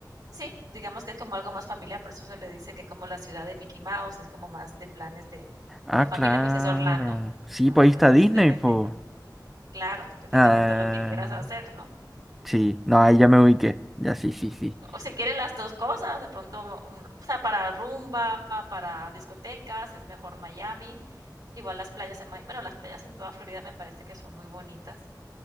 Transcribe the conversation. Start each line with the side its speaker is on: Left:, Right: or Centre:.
Right: sí, digamos que es como algo más familiar, por eso se le dice que es como la ciudad de Mickey Mouse, es como más de planes de
Centre: Ah,
Right: de familia,
Centre: claro.
Right: pues es Orlando,
Centre: Sí,
Right: ¿no?
Centre: pues
Right: Entonces,
Centre: ahí está Disney,
Right: dependiendo.
Centre: pues.
Right: Claro, entonces dependiendo
Centre: Ah,
Right: de lo que quieras hacer, ¿no?
Centre: sí. No, ahí ya me ubiqué. Ya, sí, sí, sí.
Right: O si quiere las dos cosas, de pronto, un- o sea, para rumba, para discotecas, es mejor Miami. Igual las playas en, Mi- bueno, las playas en toda Florida me parece que son muy bonitas.